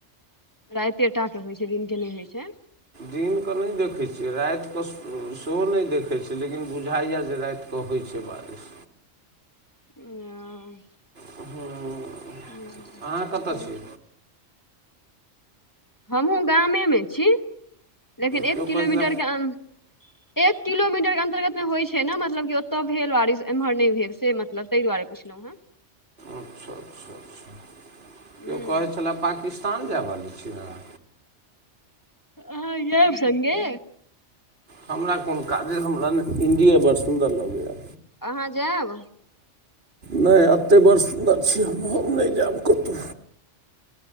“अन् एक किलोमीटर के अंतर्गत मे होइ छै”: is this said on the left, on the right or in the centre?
Left